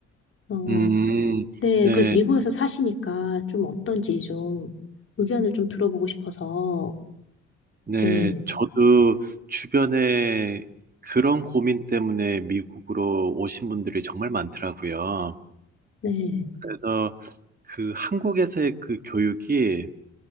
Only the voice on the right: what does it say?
음.
네.
네.
저도 주변에 그런 고민 때문에 미국으로 오신 분들이 정말 많더라고요.
그래서 그 한국에서의 그 교육이